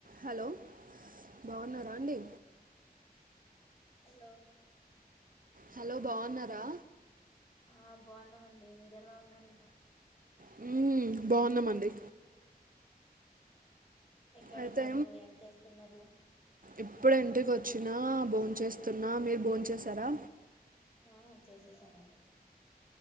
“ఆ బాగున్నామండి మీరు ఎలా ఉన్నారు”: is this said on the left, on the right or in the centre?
Left